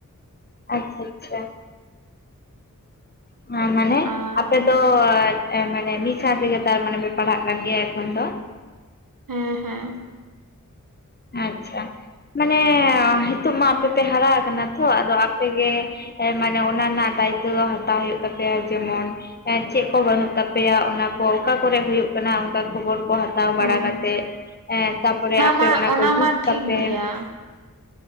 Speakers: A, on the left; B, on the right.
A: ᱟᱪ ᱪᱷᱟ ᱪᱷᱟ᱾ <unintelligible> <unintelligible> ᱢᱟᱱᱮ
B: ᱟᱨ
A: ᱟᱯᱮ ᱫᱚ ᱮ ᱢᱟᱱᱮ ᱢᱤᱫ ᱥᱟᱶ ᱛᱮᱜᱮ ᱛᱟᱨ ᱢᱟᱱᱮ ᱯᱮ ᱯᱟᱲᱦᱟᱜ ᱠᱟᱱ ᱜᱮᱭᱟ ᱮᱠᱷᱚᱱ ᱫᱚ ᱾
B: ᱦᱮᱸ ᱦᱮᱸ
A: ᱟᱪᱪᱷᱟ, ᱢᱟᱱᱮ ᱱᱤᱸᱛᱚᱜ ᱢᱟ ᱟᱯᱮ ᱛᱮ ᱦᱟᱨᱟ ᱟᱠᱟᱱᱟ ᱛᱚ ᱟᱫᱚ ᱟᱯᱮᱜᱮᱼᱼ ᱦᱮ ᱢᱟᱱᱮ ᱚᱱᱟ ᱨᱮᱱᱟᱜ ᱫᱟᱭᱤᱛᱛᱚ ᱫᱚ ᱦᱟᱛᱟᱣ ᱦᱩᱭᱩᱜ ᱛᱟᱯᱮᱭᱟ ᱡᱮᱢᱚᱱᱼᱼ ᱪᱮᱫ ᱠᱚ ᱵᱟᱹᱱᱩᱜ ᱛᱟᱯᱮᱭᱟ ᱚᱱᱟ ᱠᱚ ᱚᱠᱟ ᱠᱚᱨᱮ ᱦᱩᱭᱩᱜ ᱠᱟᱱᱟ ᱚᱝᱠᱟ ᱠᱷᱚᱵᱚᱨ ᱠᱚ ᱦᱟᱛᱟᱣᱼᱼ ᱦᱟᱛᱟᱣ ᱵᱟᱲᱟ
B: ᱦᱚᱸ
A: ᱠᱟᱛᱮ ᱮᱸ ᱛᱟᱨᱯᱚᱨᱮ ᱟᱯᱮ
B: ᱢᱟ
A: ᱚᱱᱟ ᱠᱚ ᱡᱩᱛ
B: ᱢᱟ
A: ᱛᱟᱯᱮ
B: ᱴᱷᱤᱠ ᱜᱮᱭᱟ
A: ᱾